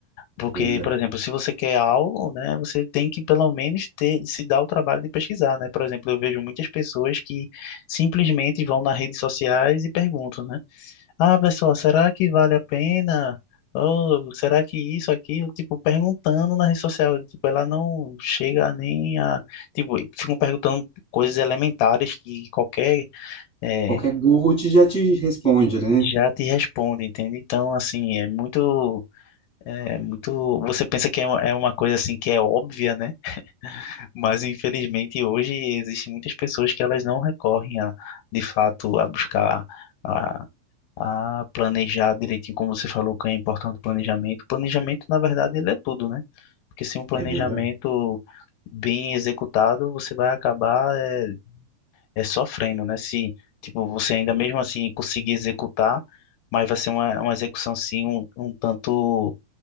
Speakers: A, on the left; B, in the centre.
A: Porque,
B: Pois é.
A: por exemplo, se você quer algo, né, você tem que pelo menos ter, se dar o trabalho de pesquisar, né? Por exemplo, eu vejo muitas pessoas que simplesmente vão nas redes sociais e perguntam, né? Ah, pessoal, será que vale a pena? Ou será que isso, aquilo? Tipo, perguntando na rede social, tipo, ela não chega nem a... Tipo, ficam perguntando coisas elementares que qualquer... eh,
B: Qualquer Google te- já te responde, né?
A: já te responde, entende? Então, assim, é muito é muito, você pensa que é uma é uma coisa assim que é óbvia, né? Mas infelizmente hoje existem muitas pessoas que elas não recorrem a, de fato, a buscar a, a planejar direitinho, como você falou, que é importante o planejamento. O planejamento, na verdade, ele é tudo, né? Porque sem um planejamento
B: É verdade.
A: bem executado, você vai acabar é, é sofrendo, né? Se tipo você ainda mesmo assim conseguir executar, mas vai ser uma, uma execução assim um, um tanto